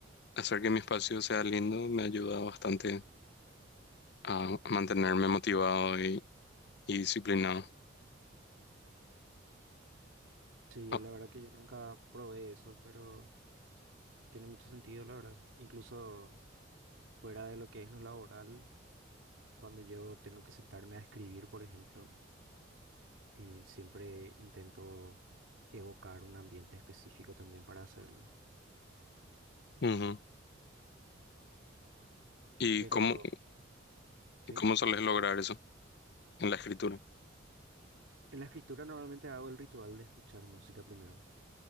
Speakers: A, on the left (about 60°); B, on the right (about 85°).
A: hacer que mi espacio sea lindo me ayuda bastante a mantenerme motivado y, y disciplinado.
B: Sí,
A: Ah,
B: la verdad que yo nunca probé eso, pero tiene mucho sentido, la verdad. Incluso fuera de lo que es lo laboral, cuando yo tengo que sentarme a escribir, por ejemplo, eh, siempre intento evocar un ambiente específico también para hacerlo.
A: ujú. ¿Y
B: Pero,
A: cómo,
B: sí,
A: cómo sueles lograr eso en la escritura?
B: en la escritura normalmente hago el ritual de escuchar música primero.